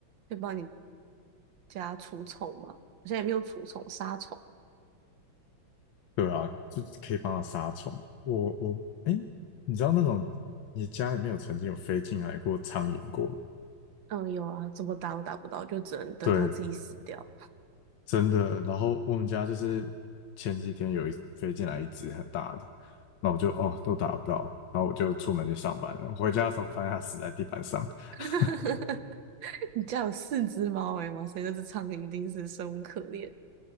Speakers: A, on the right (about 70°); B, on the left (about 75°).
A: 会帮你加除虫嘛。我现在也没有除虫杀虫，
B: 对啊，就是可以帮它杀虫。我我哎，你知道那种你家里面有曾经有飞进来过苍蝇过？
A: 嗯，有啊，怎么打都打不到，就只能等它自己死掉。
B: 对，真的。然后我们家就是前几天有一飞进来一只很大的，那我就哦都打不到，然后我就出门去上班了。回家的时候发现它死在地板上。<laughs>
A: <laughs> 你家有四只猫诶，哇塞，那只苍蝇一定是生无可恋。